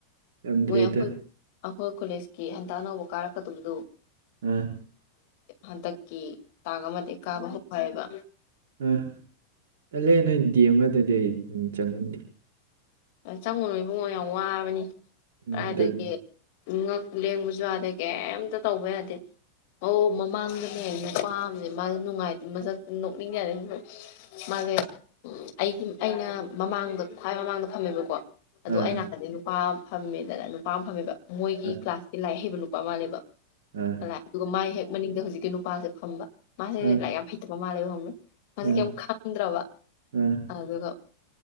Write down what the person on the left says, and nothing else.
ꯃꯣꯏ ꯑꯩꯈꯣꯏ ꯑꯩꯈꯣꯏ ꯀꯣꯂꯦꯖꯀꯤ ꯍꯟꯇꯛ ꯑꯅꯧꯕ ꯀꯥꯔꯛꯀꯗꯕꯗꯨ
ꯍꯟꯗꯛꯀꯤ ꯇꯥꯡ ꯑꯃꯗꯩ ꯀꯥꯕ ꯍꯧ ꯍꯥꯏꯕ
ꯆꯪꯉꯨꯅꯣ ꯏꯕꯨꯡꯉꯣ ꯌꯥꯝ ꯋꯥꯕꯅꯤ
ꯀꯗꯥꯏꯗꯒꯤ
ꯉꯛ ꯂꯦꯡꯕꯁꯨ ꯌꯥꯗꯦ ꯀꯩꯝꯇ ꯇꯧꯕ ꯌꯥꯗꯦ ꯑꯧ ꯃꯃꯥꯡꯗꯅꯦ ꯅꯨꯄꯥꯝꯅꯦ ꯃꯥꯁꯦ ꯅꯨꯡꯉꯥꯏꯇ ꯃꯁ ꯅꯣꯛꯅꯤꯡꯖꯗ ꯃꯥꯁꯦ <unintelligible> ꯎ ꯑꯩꯒꯤ ꯑꯩꯅ ꯃꯃꯥꯡꯗ ꯈ꯭ꯋꯥꯏ ꯃꯃꯥꯡꯗ ꯐꯝꯃꯦꯕꯀꯣ ꯑꯗꯣ
ꯑꯩ ꯅꯥꯀꯟꯗꯩ ꯅꯨꯄꯥ ꯐꯝꯃꯦꯗꯅ ꯅꯨꯄꯥ ꯑꯃ ꯐꯝꯃꯦꯕ ꯃꯣꯏꯒꯤ
ꯀ꯭ꯂꯥꯁꯀꯤ ꯂꯥꯏꯔꯤꯛ ꯍꯩꯕ ꯅꯨꯄꯥ ꯃꯥꯜꯂꯦꯕ
ꯂꯥꯛ ꯑꯗꯨꯒ ꯃꯥꯥꯏ ꯍꯦꯛ ꯃꯅꯤꯡꯗ ꯍꯧꯖꯤꯛꯀꯤ ꯅꯨꯄꯥꯁꯦ ꯐꯝꯕ ꯃꯥꯁꯦ ꯂꯥꯏꯔꯤꯛ
ꯌꯥꯝ ꯍꯩꯇꯕ ꯃꯥꯜꯂꯦꯕ ꯈꯪꯕ꯭ꯔ ꯃꯁꯤ
ꯀꯦꯝ ꯈꯪꯗ꯭ꯔꯕ
ꯑꯗꯨꯒ